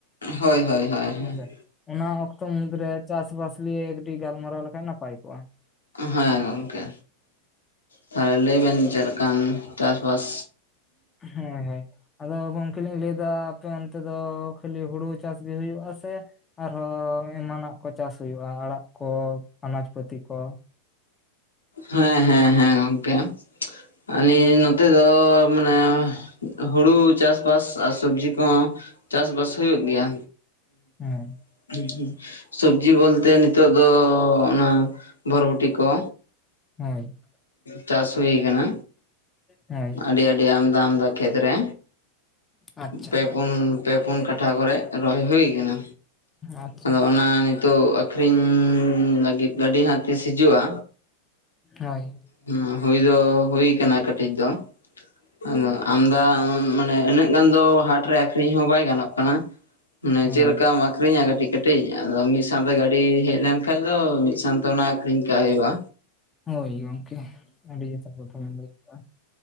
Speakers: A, on the left; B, on the left.
A: ᱦᱳᱭ ᱦᱳᱭ ᱦᱳᱭ ᱦᱮ
B: ᱦᱮᱸᱥᱮ ᱚᱱᱟ ᱚᱠᱛᱚ ᱢᱩᱫᱽᱨᱮ ᱪᱟᱥ ᱵᱟᱥ ᱞᱤᱭᱮ ᱠᱟᱹᱴᱤᱜ ᱜᱟᱞᱢᱟᱨᱟᱣ ᱞᱮᱠᱷᱟᱡ ᱱᱟᱯᱟᱭ ᱠᱚᱜᱼᱟ᱾
A: ᱦᱮᱸ ᱜᱚᱢᱠᱮ ᱛᱟᱦᱚᱞᱮ ᱞᱟᱹᱭ ᱵᱮᱱ ᱪᱮᱫ ᱞᱮᱠᱟᱱ ᱪᱟᱥᱵᱟᱥ
B: <inaudible> ᱟᱫᱚ ᱜᱚᱝᱠᱮ ᱞᱤᱧ ᱞᱟᱹᱭ ᱫᱟ ᱟᱯᱮ ᱚᱱᱛᱮ ᱫᱚ ᱠᱷᱟᱹᱞᱤ ᱦᱩᱲᱩ ᱪᱟᱥ ᱜᱮ ᱦᱩᱭᱩᱜ-ᱟ ᱥᱮ ᱟᱨᱦᱚᱸ ᱮᱢᱟᱱᱟᱜ ᱠᱚ ᱪᱟᱥ ᱦᱩᱭᱩᱜᱼᱟ ᱟᱲᱟᱜ ᱠᱚ ᱟᱱᱟᱡᱯᱟᱹᱛᱤ ᱠᱚ?
A: ᱦᱮᱸ ᱦᱮᱸ ᱦᱮᱸ ᱜᱚᱝᱠᱮ᱾ <inaudible> ᱱᱚᱛᱮ ᱫᱚ ᱢᱟᱱᱮ ᱦᱩᱲᱩ ᱪᱟᱥᱵᱟᱥ ᱟᱨ ᱥᱚᱵᱡᱤ ᱠᱚᱦᱚᱸ ᱪᱟᱥᱵᱟᱥ ᱦᱩᱭᱩᱜ ᱜᱮᱭᱟ᱾
B: ᱦᱮᱸ
A: <inaudible> ᱥᱚᱵᱡᱤ ᱵᱚᱞᱛᱮ ᱱᱤᱛᱚᱜ ᱫᱚ ᱚᱱᱟ ᱵᱚᱨᱵᱚᱴᱤ ᱠᱚ,
B: ᱦᱳᱭ᱾
A: ᱪᱟᱥ ᱦᱩᱭ ᱠᱟᱱᱟ,
B: ᱦᱳᱭ
A: ᱟᱰᱤ ᱟᱰᱤ ᱟᱢᱫᱟ ᱟᱢᱫᱟ ᱠᱷᱮᱛᱨᱮ
B: ᱟᱪᱪᱷᱟ
A: ᱯᱮ ᱯᱩᱱ ᱯᱮ ᱯᱩᱱ ᱠᱟᱴᱷᱟ ᱠᱚᱨᱮ ᱨᱚᱦᱚᱭ ᱦᱩᱭ ᱠᱟᱱᱟ
B: ᱟᱪᱪᱷᱟ
A: ᱟᱫᱚ ᱚᱱᱟ ᱱᱤᱛᱳᱜ ᱟᱠᱷᱨᱤᱧ ᱞᱟᱹᱜᱤᱫ ᱜᱟᱹᱰᱤ ᱦᱟᱜ ᱛᱤᱥ ᱦᱤᱡᱩᱜᱼᱟ,
B: ᱦᱳᱭ ᱾
A: ᱦᱮᱸ ᱦᱳᱭ ᱫᱚ ᱦᱳᱭ ᱠᱟᱱᱟ ᱠᱟᱴᱤᱡ ᱫᱚ, ᱟᱫᱚ ᱟᱢᱫᱟ ᱢᱟᱱᱮ ᱩᱱᱟᱹᱜ ᱜᱟᱱ ᱫᱚ ᱦᱟᱴᱨᱮ ᱟᱠᱷᱨᱤᱧ ᱦᱚᱸ ᱵᱟᱭ ᱜᱟᱱᱚᱜ ᱠᱟᱱᱟ᱾ ᱢᱟᱱᱮ
B: ᱦᱳᱭ
A: ᱪᱮᱜ ᱞᱮᱠᱟᱢ ᱟᱠᱷᱨᱤᱧᱟ ᱠᱟᱹᱴᱤᱡ ᱠᱟᱹᱴᱤᱡ ᱟᱫᱚ ᱢᱤᱫ ᱥᱟᱶᱛᱮ ᱜᱟᱹᱰᱤ ᱦᱮᱡ ᱞᱮᱱᱠᱷᱟᱱᱡ ᱫᱚ ᱢᱤᱫ ᱥᱟᱶ ᱛᱚ ᱚᱱᱟ ᱟᱠᱷᱨᱤᱧ ᱠᱟᱜ ᱦᱩᱭᱩᱜᱼᱟ᱾
B: ᱦᱳᱭ ᱜᱚᱢᱠᱮ ᱟᱰᱤ ᱡᱚᱛᱷᱟᱛ ᱠᱟᱛᱷᱟ ᱵᱮᱱ ᱞᱟᱹᱭ ᱠᱟᱜᱼᱟ ᱾